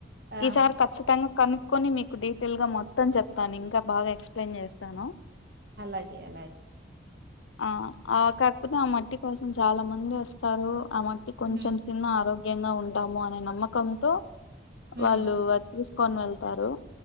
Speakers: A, on the right; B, on the left.
A: ఆ
B: ఈసారి కచ్చితంగా కనుక్కొని మీకు డీటెయిల్ గా మొత్తం చెప్తాను ఇంకా బాగా ఎక్స్ప్లెయిన్ చేస్తాను.
A: అలాగే అలాగే
B: ఆ ఆ కాకపోతే ఆ మట్టి కోసం చాలా మంది ఓస్తారు ఆ మట్టి కొంచెం
A: హ్మ్.
B: తిన్న ఆరోగ్యంగా ఉంటాము అనే నమ్మకంతో
A: హ్మ్.
B: వాళ్ళుది అది తీసుకొని వెళ్తారు